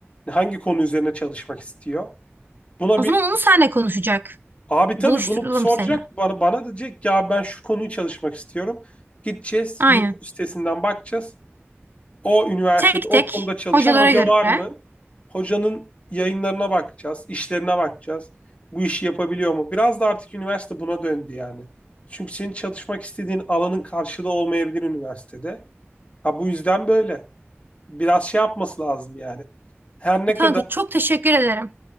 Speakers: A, on the left; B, on the right.
A: hangi konu üzerine çalışmak istiyor. Buna
B: O zaman
A: bir
B: onu senle konuşacak.
A: abi
B: Buluşturalım
A: tabii bunu soracak
B: seni.
A: bana, bana diyecek "Ya ben şu konuyu çalışmak istiyorum. Gideceğiz
B: Aynen.
A: YouTube sitesinden bakacağız. O üniversitede
B: Tek
A: o
B: tek
A: konuda çalışan
B: hocalara
A: hoca
B: göre.
A: var mı? Hocanın yayınlarına bakacağız, işlerine bakacağız. Bu işi yapabiliyor mu? Biraz da artık üniversite buna döndü yani. Çünkü senin çalışmak istediğin alanın karşılığı olmayabilir üniversitede. Ha bu yüzden böyle. Biraz şey yapması lazım yani. Her ne
B: Kanka
A: kadar
B: çok teşekkür ederim.